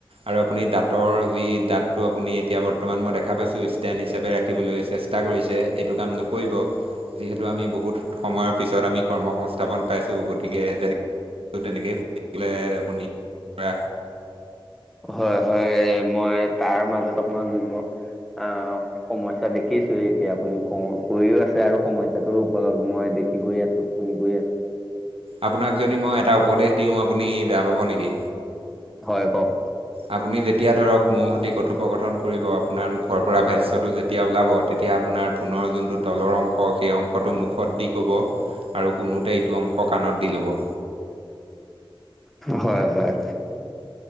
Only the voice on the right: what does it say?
আৰু আপুনি দাঁতৰ যি দাঁতটো আপুনি এতিয়া বৰ্তমান মই দেখা পাইছোঁ ষ্টেণ্ড হিচাপে ৰা- খিবলৈ চেষ্টা কৰিছে এইটো কাম নকৰিব, যিহেতু আমি বহুত সময়ৰ পিছত আমি কৰ্ম সংস্থাপন পাইছোঁ, গতিকে যেনে ত' তেনেকেই শুলে আপুনি প্ৰয়াস
আপোনাক যদি মই এটা উপদেশ দিওঁ, আপুনি বেয়া পাব নেকি?
আপুনি যেতিয়া ধৰক মৌ হতি কথোপ উপকঠন কৰিব আপোনাৰ মুখৰ পৰা ভাষ্যটো যেতিয়া ওলাব, তেতিয়া আপোনাৰ পুনৰ যোনটোত তলৰ অংশ, সেই অংশটো মুখত দি ক'ব আৰু শুনোতে এইটো অংশ কাণত দি ল'ব।